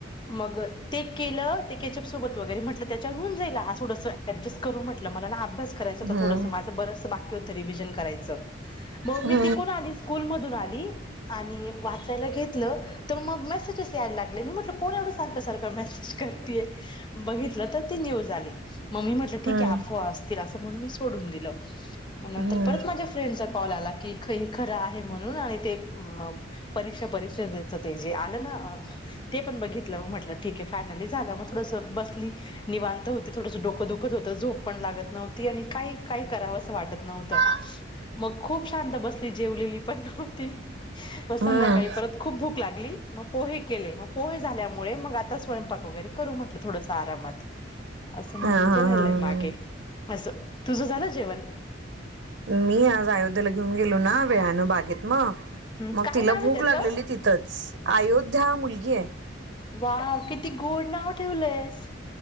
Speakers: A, on the left; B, on the right.
A: मग ते केलं ते कॅचप सोबत वगैरे म्हंटलं त्याच्यावर होउन जाईल आज थोडंसं अडजस्ट करू म्हंटलं माला ना आभ्यास करायचं
B: हम्म
A: होत
B: हम्म हम्म
A: थोडंसं माझं बरंचसं बाकी होत रिव्हिजन करायचं मग
B: हम्म
A: मी
B: हम्म हम्म हम्म
A: तिकून आली स्कूलमधून आली आणि वाचायला घेतलं तर मग मेसेजेस यायला लागले मी म्हटलं कोण एवढं सारखं सारखं मेसेज करतेय बघितलं तर ती न्यूज आली मम्मी म्हटलं ठीक
B: हम्म
A: आहे अफवा असतील असं म्हणून मी सोडून दिलं मग नंतर
B: हम्म
A: परत
B: हम्म
A: माझ्या फ्रेंडचा कॉल आला की ख खरं आहे म्हणून आणि ते म परीक्षा परिषदेत. आलं ना ते पण बघितलं म्हटलं ठीक आहे फायनली झालं मग थोडस बसली. निवांत होती थोडसं डोकं दुखत होतं झोप पण लागत नव्हती आणि काय काही करावं असं वाटत नव्हतं.
B: <inaudible>
A: मग खूप शांत बसली जेवलेली पण नव्हती
B: हम्म
A: मग संध्याकाळी परत खुप भूक लागली. मग पोहे केले, मग पोहे झाल्यामुळे मग आता स्वयंपाक वगैरे करू म्हटलं थोडस आरामात. असं
B: हा
A: म्हणून
B: हा
A: ते राहिलय
B: हा
A: मागें अस तुझं झालं जेवण?
B: मी आज अयोध्येला घेऊन गेलो ना वेळानं बागेत मग
A: हम्म
B: मग
A: काय
B: तिला
A: नाव आहे
B: भूक
A: त्याचं
B: लागलेली तिथंच अयोध्या मुलगी आहे.
A: वा किती गोड नाव ठेवलंयस.